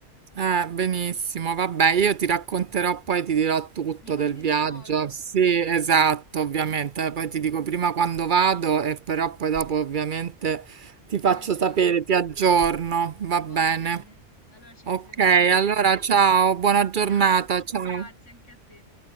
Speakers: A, on the right; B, on the left.
A: Eh, benissimo, vabbè, io ti racconterò poi, ti dirò tutto
B: Mi
A: del
B: mandi
A: viaggio.
B: le foto,
A: Sì, esatto, ovviamente. Poi ti dico prima quando vado e però poi dopo ovviamente ti faccio
B: mi aggiorni.
A: sapere, ti aggiorno, va bene.
B: Va bene, allora ci
A: Ok,
B: risentiamo.
A: allora ciao, buona giornata,
B: Ciao,
A: ciao.
B: grazie anche a te.